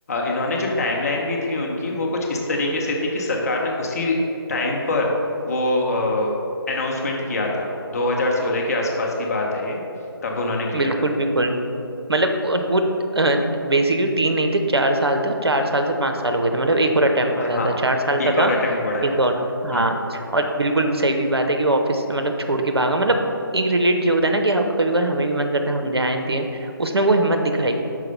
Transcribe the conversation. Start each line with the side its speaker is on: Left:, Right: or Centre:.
Left: इन्होंने जो टाइमलाइन भी थी उनकी वो कुछ इस तरीके से थी कि सरकार ने उसी टाइम पर वो अनाउंसमेंट किया था 2016 के आसपास की बात है ये तब उन्होंने किया
Right: बिल्कुल
Left: था
Right: बिल्कुल मतलब वो वो बेसिकली तीन नहीं थे चार साल थे और चार साल से पांच साल हो गए थे मतलब एक और अटेम्प्ट बढ़ा
Left: हाँ
Right: था चार साल
Left: एक
Right: का
Left: और
Right: था
Left: अटेम्प्ट बढ़ाया
Right: एक और
Left: था
Right: हाँ
Left: हम्म
Right: और बिल्कुल वो सही भी बात है कि वो ऑफिस से मतलब छोड़ के भागा मतलब एक रिलेट जो होता है ना कि हाँ, कभी कभार हमें भी मन करता है हम जाएं दिए उसने वो हिम्मत दिखाई